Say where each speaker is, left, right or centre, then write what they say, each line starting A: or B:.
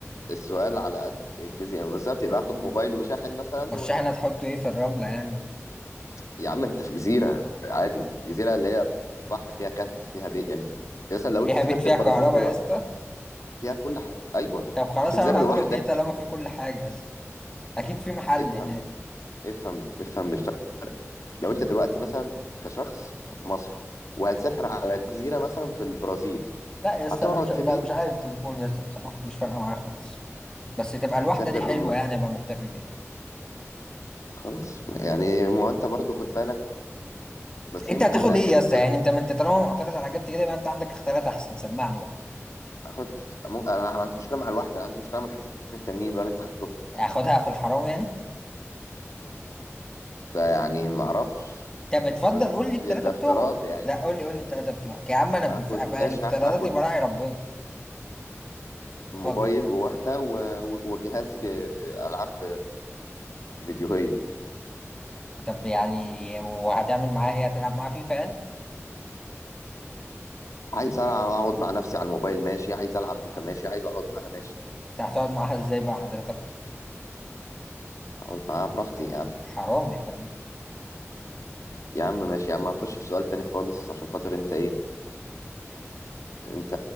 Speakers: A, on the left (about 85°); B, on the left (about 15°).
A: السؤال على قد الجزيرة يعني بالظبط يبقى خد موبايل وشاحن مثلا
B: والشحنة
A: و...
B: تحطه إيه في الرملة يعني
A: يا عم أنت في جزيرة عادي جزيرة اللي هي في بحر فيها كهف فيها بيت يعني مثلا لو
B: فيها
A: أنت سافرت
B: بيت فيها
A: البرازيل
B: كهرباء
A: دلوقتي
B: يا اسطى
A: فيها كل حاجة أيوه
B: طب خلاص
A: الفنجانة
B: أنا
A: لوحدك
B: هطلب إيه طالما في كل حاجة يا اسطى أكيد في محل
A: افهم
B: هناك
A: افهم افهم الفرق لو أنت دلوقتي مثلا كشخص في مصر وهتسافر على جزيرة مثلا في البرازيل
B: لا يا اسطى
A: هتقعد
B: أنا مش لا
A: في بيت
B: مش عايز تليفون يا اسطى بصراحة مش فارقة معايا خالص بس تبقى
A: هتسافر
B: الواحدة دي حلوة
A: م-
B: يعني أبقى مكتفي بيها
A: خلاص يعني ما هو أنت برضه خد بالك بس
B: انت
A: دي ممكن
B: هتاخد
A: نك-
B: ايه
A: نتكلم
B: يا اسطى يعني انت ما انت طالما معترض على اجابتي كده يبقى انت عندك اختيارات احسن سمعني بقى
A: أخد مو- أنا ما عنديش مشكلة مع الواحدة أنا عندي مشكلة مع الحاجتين التانيين بقى اللي أنت خدتهم
B: اخدها في الحرام يعني
A: ده يعني ما أعرفش
B: طب اتفضل
A: بس دي-
B: قول لي التلاتة
A: ده افتراض
B: بتوعك
A: يعني
B: لا قول لي قول لي التلاتة بتوعك يا عم انا
A: هاخد
B: في, في, في
A: ماشي
B: الافتراضات
A: هاخد
B: يبقى راعي ربنا
A: موبايل
B: اتفضل
A: وواحدة و- و- وجهاز ج- ألعاب فيديوهيه
B: طب يعني وهتعمل معاها ايه هتلعب معاها فيفا يعني
A: عايز العب اقعد مع نفسي على الموبايل ماشي عايز العب فيفا ماشي عايز اقعد معاها ماشي
B: انت هتقعد معاها ازاي بقى حضرتك
A: اقعد معاها براحتي يا عم
B: حرام يا حبيبي
A: يا عم ماشي يا عم هنخش في سؤال تاني خالص عشان خاطر انت ايه انت